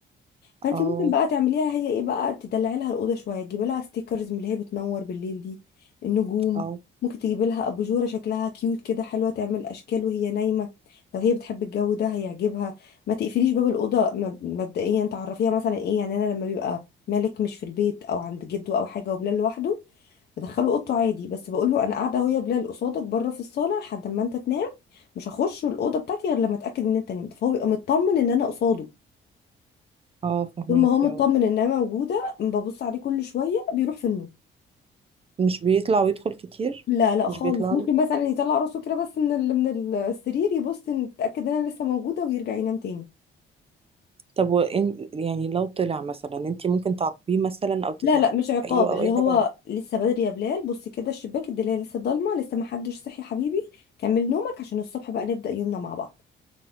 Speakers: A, on the left (about 55°); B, on the right (about 30°).
A: فانت
B: اه
A: ممكن بقى تعمليها هي ايه بقى تدلعي لها الاوضه شويه تجيبي لها ستيكرز من اللي هي بتنور بالليل دي النجوم
B: اه
A: ممكن تجيبي لها اباجوره شكلها كيوت كده حلوه تعمل اشكال وهي نايمه لو هي بتحب الجو ده هيعجبها ما تقفليش باب الاوضه مب- مبدئيا تعرفيها مثلا ايه يعني انا لما بيبقى مالك مش في البيت او عند جده او حاجه وبلال لوحده بدخله اوضته عادي بس بقول له انا قاعده اهو يا بلال قصادك بره في الصاله لحد ما انت تنام مش هخش الاوضه بتاعتي غير لما اتاكد ان انت نمت فهو بيبقى مطمن ان انا قصاده
B: اه فهماكي
A: طول ما هو مطمن
B: اه
A: ان انا موجوده ببص عليه كل شويه بيروح في النوم
B: مش بيطلع ويدخل كتير
A: لا لا
B: مش
A: خالص
B: بيطلع
A: ممكن
B: لك
A: مثلا يطلع راسه كده بس من ال- من السرير يبص ان يتاكد ان انا لسه موجوده ويرجع ينام تاني
B: طب وإن يعني لو طلع مثلا انتي ممكن تعاقبيه مثلا او تزعقي
A: لا لا مش عقاب
B: له او
A: اللي
B: اي
A: هو
B: حاجه
A: لسه بدري يا بلال بص كده الشباك الدنيا لسه ضلمه لسه ما حدش صحي يا حبيبي كمل نومك عشان الصبح بقى نبدا يومنا مع بعض